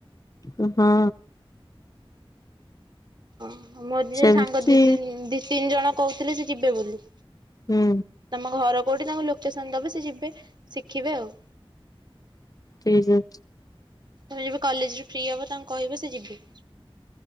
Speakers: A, on the left; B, on the right.
A: ଉ ହଁ।
B: ଅହଁ ମୋର ଯିଏ
A: ସେମିତି
B: ସାଙ୍ଗ ଦି-ଦି ଦି ତିନି ଜଣ କହୁଥିଲେ ସେ ଯିବେ ବୋଲି।
A: ହୁଁ।
B: ତମ ଘର କୋଉଠି ତାଙ୍କୁ ଲୋକେସନ ଦବ ସେ ଯିବେ ଶିଖିବେ ଆଉ।
A: ଠିକ୍ ଅଛି।
B: ତମେ ଯେବେ କଲେଜରୁ ଫ୍ରି ହବ ତାଙ୍କୁ କହିବ ସେ ଯିବେ।